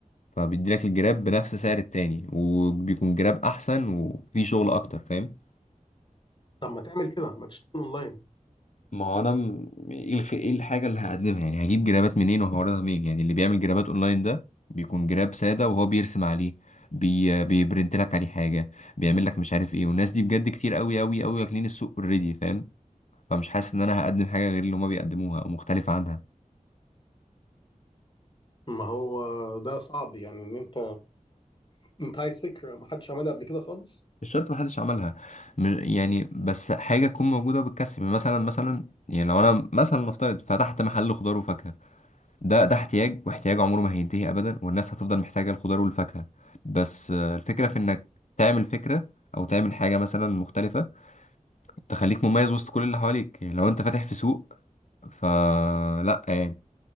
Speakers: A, on the left; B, on the left.
A: فبيدي لك الجراب بنفس سعر التاني وبيكون جراب احسن وفيه شغل اكتر فاهم
B: طب ما تعمل كده ما تشتغل اونلاين
A: ما هو انا م- ايه الخ... ايه الحاجه اللي هقدمها يعني هجيب جرابات منين وهوردها منين يعني اللي بيعمل جرابات اونلاين ده بيكون جراب ساده وهو بيرسم عليه بي... بيبرنت لك عليه حاجه بيعمل لك مش عارف ايه والناس دي بجد كتير قوي قوي قوي واكلين السوق اوريدي فاهم فمش حاسس ان انا هقدم حاجه غير اللي هما بيقدموها او مختلفه عنها
B: ما هو ده صعب يعني ان انت انت عايز فكرة ما حدش عملها قبل كده خالص
A: مش شرط محدش عملها م- يعني بس حاجه تكون موجوده بتكسب يعني مثلا مثلا يعني لو انا مثلا نفترض فتحت محل خضار وفاكهه ده ده احتياج واحتياج عمره ما هينتهي ابدا والناس هتفضل محتاجه الخضار والفاكهه بس آه، الفكره في انك تعمل فكره او تعمل حاجه مثلا مختلفه تخليك مميز وسط كل اللي حواليك يعني لو انت فاتح في سوق فلا يعني